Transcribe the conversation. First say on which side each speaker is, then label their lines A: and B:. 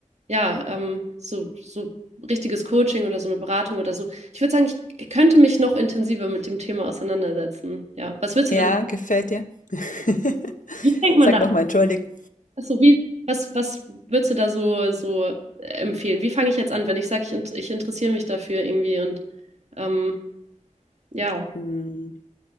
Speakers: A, on the right; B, on the left.
A: ja, ähm, so, so richtiges Coaching oder so eine Beratung oder so. Ich würde sagen, ich könnte mich noch intensiver mit dem Thema auseinandersetzen. Ja, was würdest
B: ja,
A: du denn?
B: gefällt dir? <laughs>
A: Wie fängt man
B: Sag
A: da
B: nochmal,
A: an?
B: entschuldigen.
A: Also wie, was, was würdest du da so, so empfehlen? Wie fange ich jetzt an, wenn ich sage, ich, int- ich interessiere mich dafür irgendwie und ähm, ja.
B: Mm,